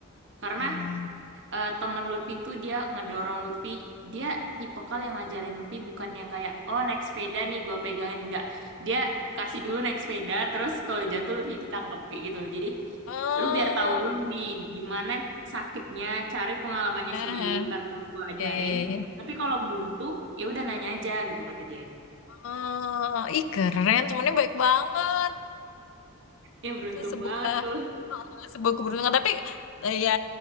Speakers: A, on the right; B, on the left.
A: karena
B: Hmm.
A: eh, temen Lutfi tuh dia ngedorong Lutfi, dia tipikal yang ngajarin Lutfi bukan yang kayak, oh naik sepeda nih gue pegangin, enggak. Dia kasih dulu naik sepeda, terus kalau jatuh Lutfi ditangkep kayak gitu. Jadi
B: Oh,
A: lu biar tahu dulu nih gimana sakitnya, cari pengalamannya
B: ah,
A: sendiri
B: ah,
A: tanpa gue ajarin.
B: iya, iya, iya.
A: Tapi kalau buntu, ya udah nanya aja gitu kata dia.
B: Oh, ih keren, temennya baik banget.
A: Ya beruntung
B: Itu sebuah
A: banget tuh.
B: sebuah keberuntungan. Tapi eh, ya